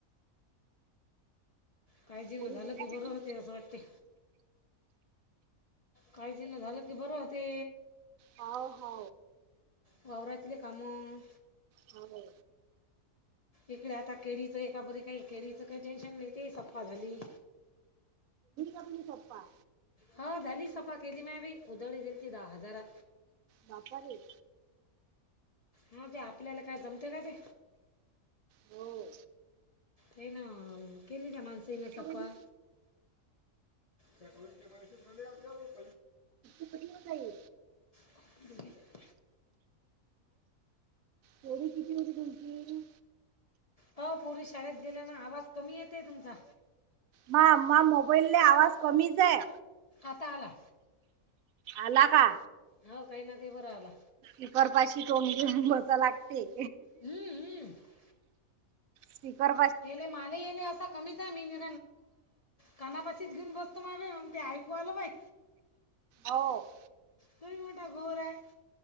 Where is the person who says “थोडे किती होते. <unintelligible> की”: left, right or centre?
Right